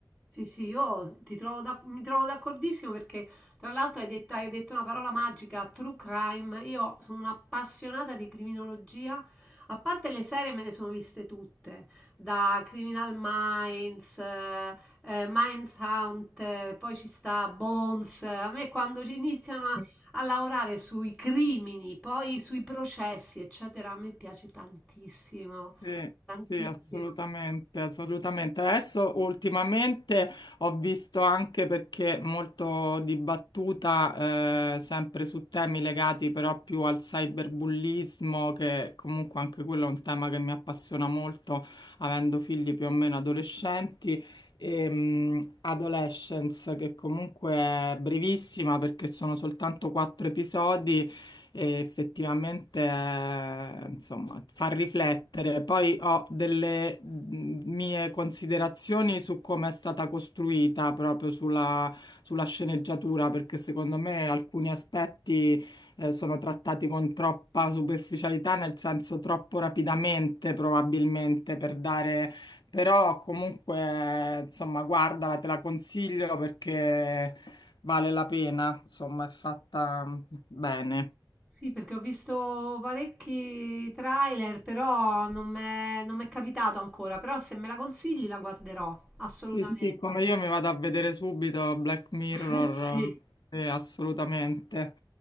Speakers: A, in the centre; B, on the left.
A: Sì, sì, io ti trovo d'ac- mi trovo d'accordissimo perché tra l'altro hai detto, hai detto una parola magica, true crime. Io sono un'appassionata di criminologia, a parte le serie me ne sono viste tutte, da Criminal Minds, eh, eh, Mindhunter, poi ci sta Bones. A me quando ci iniziano a, a lavorare sui crimini, poi sui processi, eccetera, a me piace tantissimo,
B: Sì,
A: tantissimo.
B: sì, assolutamente, assolutamente. Adesso ultimamente ho visto anche perché molto dibattuta, eh, sempre su temi legati però più al cyberbullismo, che comunque anche quello è un tema che mi appassiona molto, avendo figli più o meno adolescenti. E, mh, Adolescence, che comunque è brevissima perché sono soltanto quattro episodi e effettivamente eh, insomma fa riflettere. Poi ho delle mh, mie considerazioni su come è stata costruita proprio sulla, sulla sceneggiatura, perché secondo me alcuni aspetti eh, sono trattati con troppa superficialità, nel senso troppo rapidamente probabilmente per dare... Però comunque, insomma, guardala, te la consiglio perché vale la pena, insomma, è fatta bene.
A: Sì, perché ho visto parecchi trailer, però non m'è non m'è capitato ancora. Però se me la consigli la guarderò, assolutamente.
B: Sì, sì, come io mi vado a vedere subito Black Mirror,
A: <laughs> Sì.
B: eh, assolutamente.